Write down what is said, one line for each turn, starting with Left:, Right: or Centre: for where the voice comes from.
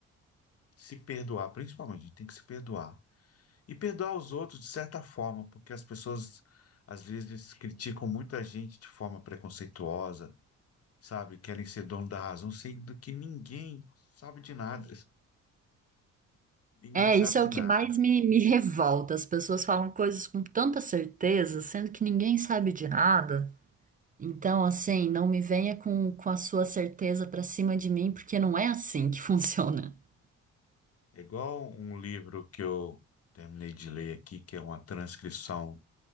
Left: se perdoar, principalmente, a gente tem que se perdoar. E perdoar os outros de certa forma, porque as pessoas às vezes criticam muita gente de forma preconceituosa sabe? Querem ser dono da razão, sendo que ninguém sabe de nada. Ninguém
Right: É,
Left: sabe
Right: isso é
Left: de
Right: o
Left: nada.
Right: que mais me, me revolta. As pessoas falam coisas com tanta certeza, sendo que ninguém sabe de nada. Então, assim, não me venha com, com a sua certeza pra cima de mim, porque não é assim que <laughs> funciona.
Left: É igual um livro que eu terminei de ler aqui, que é uma transcrição